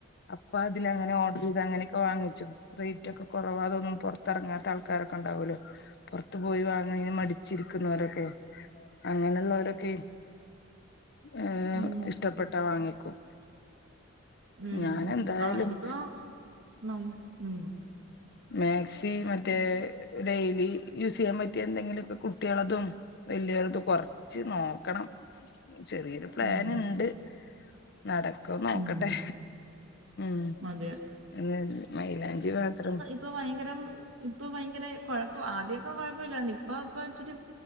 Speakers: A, on the left; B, on the right.
A: അപ്പാതില് അങ്ങനെ ഓർഡറെയ്ത് അങ്ങനെക്കെ വാങ്ങി ച്ചു റെയ്റ്റൊക്കെ കൊറവാ അതൊന്നും പൊർത്തെറങ്ങാത്ത ആൾക്കാരൊക്കെ ണ്ടാവല്ലോ പൊറത്ത് പോയി വാങ്ങാന് മടിച്ചിരിക്കുന്നോരൊക്കെ അങ്ങനൊള്ളോരൊക്കെ ഏഹ്
B: ഉം
A: ഇഷ്ടപ്പെട്ടാ വാങ്ങിക്കും
B: ഉം
A: ഞാൻ എന്തായാലും
B: ആഹ് ഇതിപ്പോ നം ഉം
A: മാക്സി മറ്റേ ഡെയിലി യൂസ് ചെയ്യാൻ പറ്റിയെന്തെങ്കിലൊക്കെ കുട്ടികളതും വല്യോലത് കൊറച്ച് നോക്കണം ചെറിയൊരു പ്ലാന്ണ്ട്
B: ഉം
A: നടക് ക്കോ നോക്കട്ടെ
B: ഉം
A: ഉം
B: അതെ
A: ഇല്ലേ മൈലാഞ്ചി മാത്രം
B: ഇപ്പ ഭയങ്കരം ഇപ്പം ഭയങ്കര കൊഴപ്പാ ആദ്യൊക്കെ കൊഴപ്പില്ലാരുന്നു ഇപ്പൊ ഇപ്പൊ ഇച്ചിരി